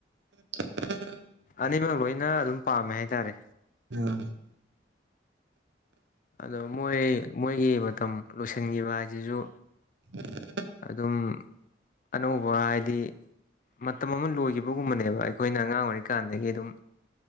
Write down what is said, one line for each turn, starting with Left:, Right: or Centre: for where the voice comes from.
Right: <unintelligible>
Left: ꯑꯅꯤꯃꯛ ꯂꯣꯏꯅ ꯑꯗꯨꯝ ꯄꯥꯝꯃꯦ ꯍꯥꯏꯇꯥꯔꯦ꯫
Right: ꯎꯝ
Left: ꯑꯗꯣ ꯃꯣꯏ ꯃꯣꯏꯒꯤ ꯃꯇꯝ ꯂꯣꯏꯁꯤꯟꯒꯤꯕ ꯍꯥꯏꯖꯤꯖꯨ
Right: <unintelligible>
Left: ꯑꯗꯨꯝ ꯑꯅꯧꯕ ꯍꯥꯏꯗꯤ ꯃꯇꯝ ꯑꯃ ꯂꯣꯏꯈꯤꯕꯒꯨꯝꯕꯅꯦꯕ ꯑꯩꯈꯣꯏꯅ ꯑꯉꯥꯡ ꯑꯣꯏꯔꯤꯀꯥꯟꯗꯒꯤ ꯑꯗꯨꯝ